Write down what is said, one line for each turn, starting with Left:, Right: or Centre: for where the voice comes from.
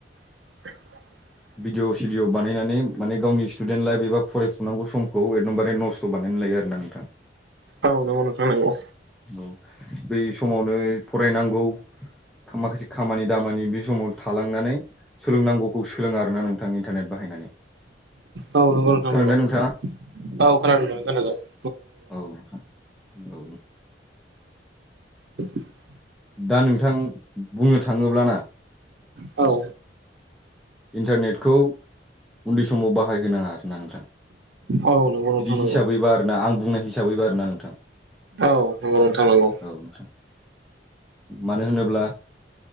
Right: <unintelligible>
Centre: भिडिअ सिडिअ' बानायनानै माने गावनि स्टुडि डेन्ट लाइफ एबा फरायफुनांगौ समखौ एकदमबारे नस्थ' बानायनानै लायो आरोना नोंथां।
Right: औ नोंगौ नोंथां नोंगौ।
Centre: औ बै समावनो फरायनांगौ माखासे खामानि दामानि बे समाव थालांनानै सोलोंनांगौखौ सोलोङा आरोना नोंथां इन्टारनेट बाहायनानै।
Right: औ नोंगौ नोंथां
Centre: खोनादोंना
Right: नोंगौ।
Centre: नोंथाङा
Right: औ खोनादों नों <unintelligible>
Centre: औ नोंथां औ
Right: <inaudible>
Centre: दा नोंथां बुंनो थाङोब्लाना।
Right: औ
Centre: इन्टारनेटखौ उन्दै समाव बाहायहोनाङा आरोना नोंथां। बिदि
Right: औ नंगौ नोंथां नंगौ
Centre: हिसाबैबा आरोना आं बुंनाय हिसाबैबा आरोना नोंथां।
Right: औ नोंगौ नोंथां नोंगौ।
Centre: औ नोंथां मानो होनोब्ला